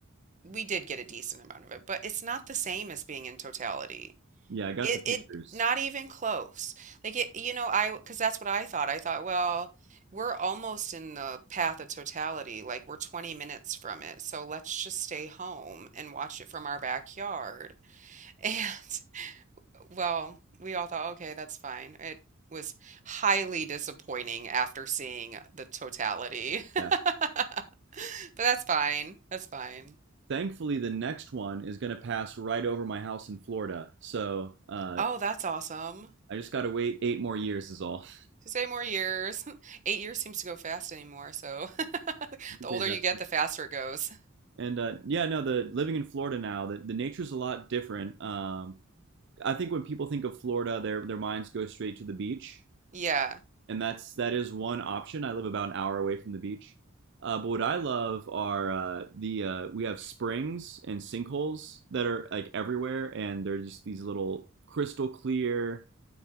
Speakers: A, on the right; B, on the right.
A: we did get a decent amount of it, but it's not the same as being in totality.
B: yeah, I got
A: It
B: the pictures.
A: it not even close. Like it, you know, I because that's what I thought. I thought, well, we're almost in the path of totality. Like we're 20 minutes from it. So let's just stay home and watch it from our backyard. <laughs> And well, we all thought, okay, that's fine. It was highly disappointing after seeing the totality.
B: Yeah,
A: <laughs> But that's fine. That's fine.
B: thankfully the next one is gonna pass right over my house in Florida, so uh,
A: Oh, that's awesome.
B: I just gotta wait eight more years is all.
A: Just eight more years. <laughs> Eight years seems to go fast anymore, so <laughs>
B: <laughs>
A: the older
B: There's that.
A: you get, the faster it goes.
B: And uh, yeah, no, the living in Florida now, the, the nature's a lot different. Um, I think when people think of Florida, their their minds go straight to the beach.
A: Yeah.
B: and that's that is one option. I live about an hour away from the beach. Uh, but what I love are uh, the uh, we have springs and sinkholes that are like everywhere, and they're just these little crystal clear